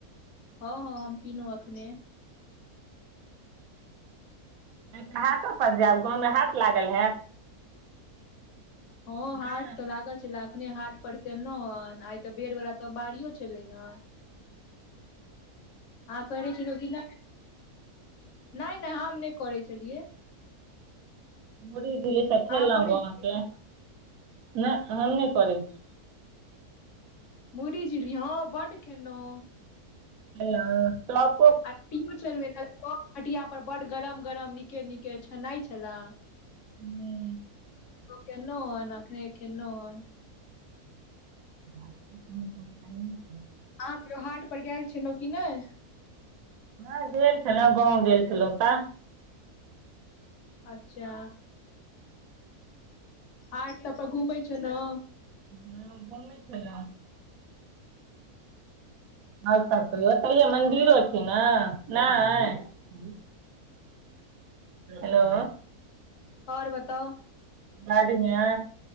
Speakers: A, on the left; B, on the right.
A: हँ हँ हम पीनहु अखने
B: आई तऽ हाटो पर जायब गाँवमे हाट लागल हयैत
A: हं हाट
B: नहि
A: तऽ लागल छलाए अखने हाट पर से एलौ हन आइ तऽ बेर् ह वला सोमबड़ियो छलै ने अहां करै छी रोजीना नई नई हम नई करै छलियै
B: मुरही झीली साब खेलऔ
A: अहाँ करै
B: गाम
A: छियै
B: के न हम नई कराई छी
A: मुरही झिल्ली हं बड्ड खेलौं
B: हेलौ <unintelligible>
A: अंतिमे छलै चप हाटिया पर बड गरम गरम नीके नीके छनई छला
B: हूं
A: ओ केलौं हन अखने खेलऔ हन
B: <inaudible>
A: अहां के हाट पर गेल छलहुँ की नहि
B: हँ गेल छलहुँ गाँव गेल छलहुँ तऽ
A: अच्छा हाट सब पर घुमै छैलौं
B: हँ घुमै छला आओर सब कहियौ ओतैयो मन्दिरो छै ने नहि हेलो
A: और बताउ
B: बढियां